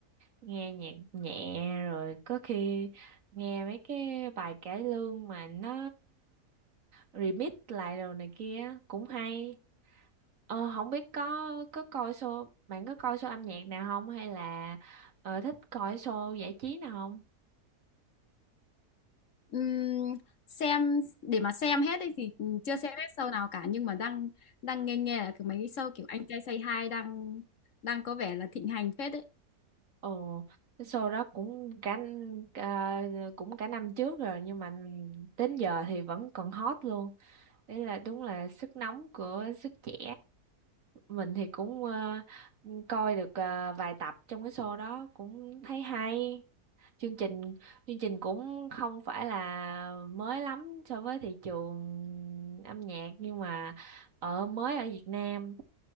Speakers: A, on the right; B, on the left.
A: nghe nhạc nhẹ rồi có khi nghe mấy cái bài cải lương mà nó remix lại rồi này kia cũng hay Ờ, không biết có có coi show bạn có coi show âm nhạc nào không hay là ờ, thích coi show giải trí nào không?
B: Ừm, xem để mà xem hết ấy thì chưa xem hết show nào cả nhưng mà đang đang nghe nghe là mấy cái show kiểu Anh Trai Say Hi đang đang có vẻ là thịnh hành phết đấy.
A: Ồ, cái show đó cũng cả n- cũng cả năm trước rồi nhưng mà đến giờ thì vẫn còn hot luôn. Đấy là đúng là sức nóng của sức trẻ. Mình thì cũng ờ, coi được ờ, vài tập trong cái show đó cũng thấy hay. chương trình chương trình cũng không phải là mới lắm so với thị trường âm nhạc nhưng mà ở mới ở Việt Nam